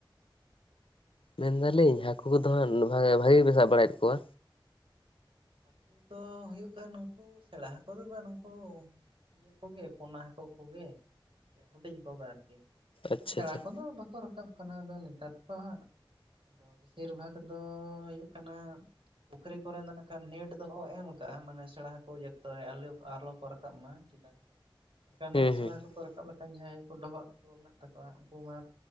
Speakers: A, on the left; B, on the right.
A: ᱢᱮᱱᱫᱟᱞᱤᱧ ᱦᱟᱹᱠᱩ ᱠᱚ ᱫᱚ ᱦᱟᱸᱜ ᱱᱚᱝᱠᱟᱜᱮ ᱵᱷᱟᱜᱤ ᱯᱮ ᱥᱟᱵ ᱵᱟᱲᱟᱭᱮᱫ ᱠᱚᱣᱟ?
B: ᱦᱟᱹᱠᱩ ᱫᱚ ᱦᱩᱭᱩᱜ ᱠᱟᱱᱟ ᱱᱩᱠᱩ ᱥᱮᱬᱟ ᱦᱟᱹᱠᱩ ᱫᱚ ᱵᱟᱝ ᱱᱩᱠᱩ ᱱᱤᱭᱟᱹ ᱠᱚᱜᱮ ᱯᱚᱱᱟ ᱦᱟᱹᱠᱩ ᱠᱚᱜᱮ ᱦᱩᱰᱤᱧ ᱠᱚᱜᱮ ᱟᱨᱠᱤ ᱢᱟᱱᱮ
A: ᱟᱪᱪᱷᱟ
B: ᱥᱮᱬᱟ
A: ᱟᱪᱪᱷᱟ
B: ᱠᱚ ᱫᱚ ᱵᱟᱠᱚ ᱨᱟᱠᱟᱵ ᱠᱟᱱᱟ ᱟᱫᱚ ᱱᱮᱛᱟᱨ ᱫᱚ ᱦᱟᱸᱜ ᱟᱫᱚ ᱵᱮᱥᱤᱨ ᱵᱷᱟᱜᱽ ᱫᱚ ᱦᱩᱭᱩᱼᱜ ᱠᱟᱱᱟ ᱯᱩᱠᱷᱨᱤ ᱠᱚᱨᱮ ᱫᱚ ᱱᱟᱼᱼᱼᱼ ᱠᱷᱟᱱ ᱱᱮᱴ ᱫᱚᱠᱚ ᱮᱢ ᱠᱟᱜᱼᱟ ᱢᱟᱱᱮ ᱥᱮᱬᱟ ᱦᱟᱹᱠᱩ ᱡᱚᱛᱚ ᱜᱮ ᱟᱞᱩ ᱟᱞᱚ ᱠᱚ ᱨᱟᱠᱟᱵ ᱢᱟ ᱪᱮᱛᱟᱱ ᱥᱮᱫ ᱵᱟᱝ ᱠᱷᱟᱱ
A: ᱦᱩᱸ
B: ᱱᱟᱜ ᱥᱮᱬᱟ
A: ᱦᱩᱸ
B: ᱠᱚᱠᱚ ᱨᱟᱠᱟᱵ ᱞᱮᱠᱷᱟᱱ ᱡᱟᱦᱟᱸᱭ ᱠᱚ ᱰᱚᱵᱷᱟᱼᱜ ᱠᱚ ᱢᱮᱱᱟᱜ ᱛᱟᱠᱚᱣᱟ ᱩᱱᱠᱩ ᱢᱟ